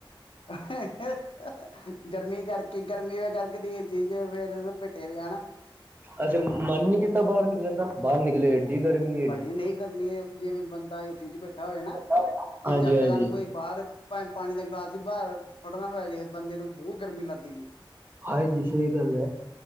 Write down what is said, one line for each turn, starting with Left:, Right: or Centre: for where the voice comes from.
Left: <unintelligible> ਗਰਮੀ ਕਰਕੇ, ਗਰਮੀ ਕਰਕੇ ਤੇਜ਼ ਸੀ, ਜੇ ਫੇਰ ਭਿੱਟੇ ਤੇ ਆ ਨਾ ਜਾਨਾ।
Right: ਅੱਛੇ ਮਨ ਨੀ ਕੀਤਾ ਬਾਹਰ ਨਿਕਲਣ ਦਾ, ਬਾਹਰ ਨਿਕਲੇ ਇੰਨੀ ਗਰਮੀ
Left: ਭਾਜੀ ਨਹੀਂ ਗਰਮੀ, ਜੇ ਬੰਦਾ ਏਸੀ 'ਚ ਬੈਠਾ ਹੋਵੇ ਨਾ,
Right: ਹਾਂਜੀ-ਹਾਂਜੀ,
Left: ਤੇ ਯਕਦਮ
Right: ਹਾਂਜੀ
Left: ਕੋਈ ਬਾਹਰ ਭਵੇ, ਪਾਣੀ ਦਾ ਗਲਾਸ ਹੀ ਬਾਹਰ ਫੜਨਾ ਪਇਆ ਜੇ ਬੰਦੇ ਨੂੰ, ਬਹੁਤ ਗਰਮੀ ਲੱਗਦੀ ਜੇ।
Right: ਹਾਂਜੀ, ਸਹੀ ਗੱਲ ਹੈ।